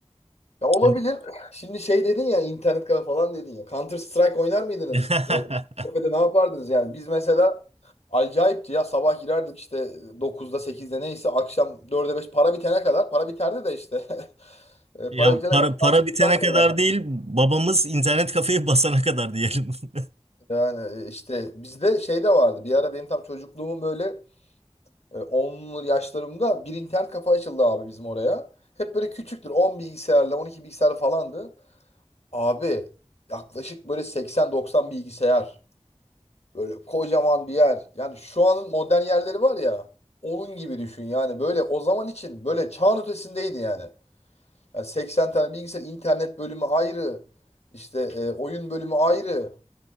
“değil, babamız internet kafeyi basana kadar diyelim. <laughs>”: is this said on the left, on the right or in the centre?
Right